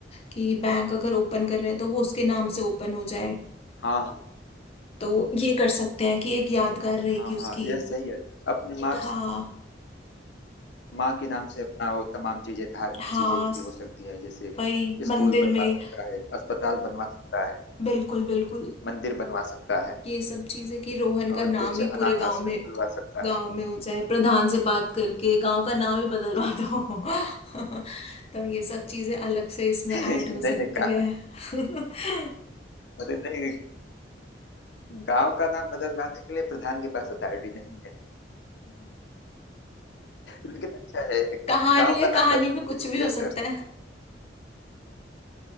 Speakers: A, on the left (about 35°); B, on the left (about 70°).
A: कि बैंक अगर ओपन कर रहे हैं तो वो उसके नाम से ओपन हो जाए
B: हाँ हाँ
A: तो ये कर सकते हैं कि एक यादगार रहेगी
B: हाँ
A: उसकी
B: हाँ यह सही है अपने माँ
A: हाँ
B: माँ के नाम से अपना वो तमाम चीजें धार्मिक
A: हाँ
B: चीजें भी हो सकती है जैसे
A: भाई
B: स्कूल
A: मंदिर
B: बनवा
A: में
B: सकता है अस्पताल बनवा सकता है
A: बिल्कुल बिल्कुल
B: मंदिर बनवा सकता है
A: ये सब चीजें कि रोहन का
B: और
A: नाम
B: कुछ
A: ही
B: अनाथ
A: पूरे गांव
B: आश्रम
A: में
B: खुलवा सकता
A: गांव
B: है
A: में हो जाए प्रधान से बात करके गांव का नाम ही बदलवा
B: जी हाँ
A: दो <laughs> तो ये सब चीजें अलग से इसमें
B: <laughs> नहीं
A: ऐड हो सकती
B: नहीं गा,
A: है <laughs>
B: अरे नहीं गांव का नाम बदलवाने के लिए प्रधान के पास अथॉरिटी नहीं लेकिन अच्छा है
A: कहानी
B: गांव
A: है
B: का नाम
A: कहानी
B: बदल
A: में कुछ भी हो
B: यह
A: सकता
B: कर सकता
A: है